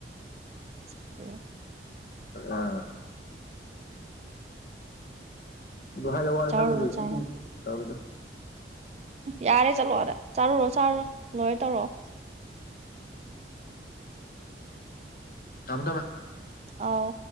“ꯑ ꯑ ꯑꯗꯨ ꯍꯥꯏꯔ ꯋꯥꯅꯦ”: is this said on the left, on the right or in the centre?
Left